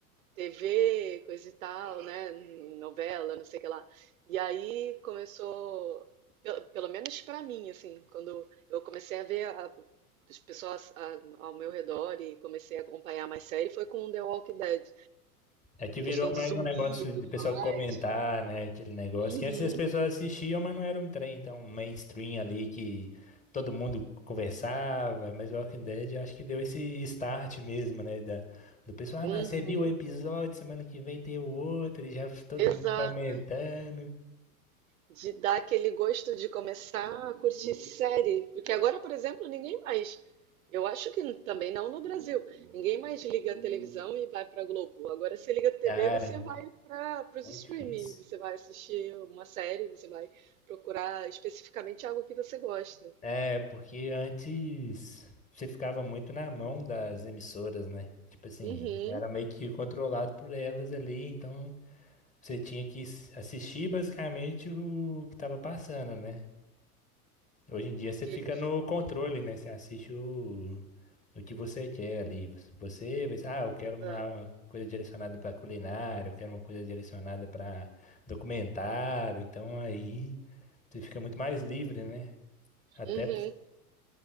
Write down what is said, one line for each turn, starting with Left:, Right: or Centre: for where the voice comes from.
Right: TV, coisa e tal, né? Novela, não sei o que lá. E aí começou, pelo, pelo menos pra mim, assim, quando eu comecei a ver a- as pessoas a- ao meu redor e comecei a acompanhar mais série, foi com The Walking Dead.
Left: É que virou
Right: Questão
Left: mais
Right: do zumbi
Left: um negócio
Right: e tudo
Left: de pessoal
Right: mais.
Left: comentar, né? Aquele negócio
Right: Uhum,
Left: que antes as pessoas assistiam, mas não era um trem tão mainstream ali que todo mundo conversava. Mas o Walking Dead eu acho que deu esse start mesmo, né? Da, do pessoal, ah,
Right: uhum.
Left: não, você viu o episódio, semana que vem tem o outro, e já todo
Right: Exato.
Left: mundo comentando.
Right: de dar aquele gosto de começar a curtir série. Porque agora, por exemplo, ninguém mais. Eu acho que também não no Brasil. Ninguém mais liga a televisão e vai para Globo. Agora você liga a TV,
Left: Ah,
Right: você vai para os
Left: muito
Right: streaming,
Left: difícil.
Right: você vai assistir uma série, você vai procurar especificamente algo que você gosta.
Left: É, porque antes você ficava muito na mão das emissoras, né? Tipo assim,
Right: Uhum.
Left: era meio que controlado por elas ali, então. Você tinha que s- assistir basicamente o que tava passando, né? Hoje em dia você
Right: Que
Left: fica
Right: eles.
Left: no controle, né? Você assiste o, o que você quer ali. Você vai, ah, eu quero
Right: Exato.
Left: uma coisa direcionada pra culinária, eu quero uma coisa direcionada pra documentário. Então aí você fica muito mais livre, né? Até,
Right: Uhum.